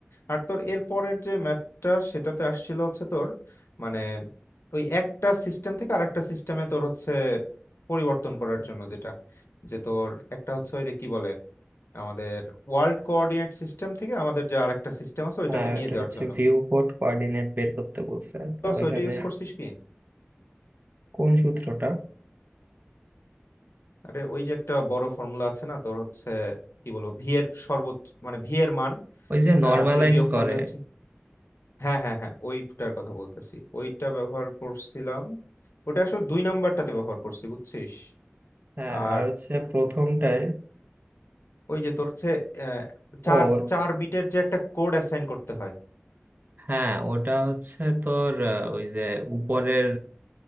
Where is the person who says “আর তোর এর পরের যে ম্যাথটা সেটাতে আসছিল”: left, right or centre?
Left